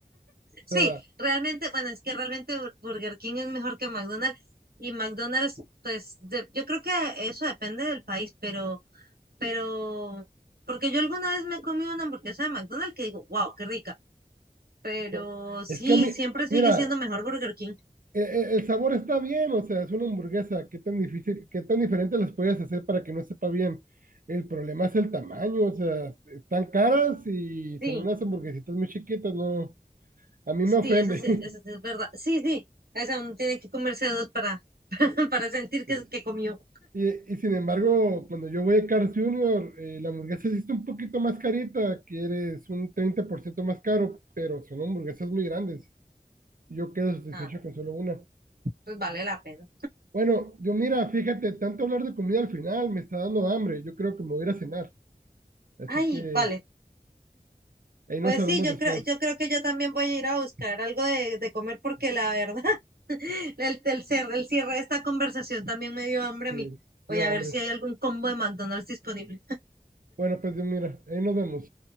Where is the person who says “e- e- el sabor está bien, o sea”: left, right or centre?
Right